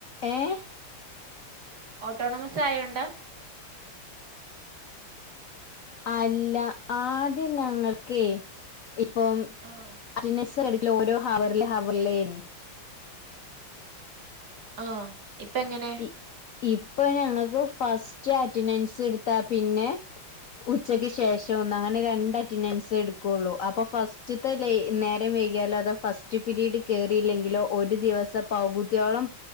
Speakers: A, on the left (about 60°); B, on the right (about 50°).
A: ഏഹ്
B: ഓട്ടോണമസായോണ്ട.
A: അല്ല ആദ്യം ഞങ്ങൾക്കെ ഇപ്പം.
B: ആഹ്
A: റ്റൻന്റൻസ് എട്ക്കല് ഓരോ ഹവറില് ഹവറിലേയ്നി.
B: ആഹ് ഇപ്പങ്ങനെ.
A: ഇ ഇപ്പൊ ഞങ്ങക്ക് ഫസ്റ്റ് അറ്റൻഡൻസ് ഇട്ത്താ പിന്നെ. ഉച്ചക്ക് ശേഷോന്ന് അങ്ങനെ രണ്ടറ്റണ്ടൻഡ്‌സ് എടുക്കൊള്ളു അപ്പൊ ഫസ്റ്റ്. ത് ലെ നേരം വൈകിയാലോ അത് ഫസ്റ്റ്പിരീഡ് കേറീലെങ്കിലോ ഒരു ദിവസം പകുത്യോളം.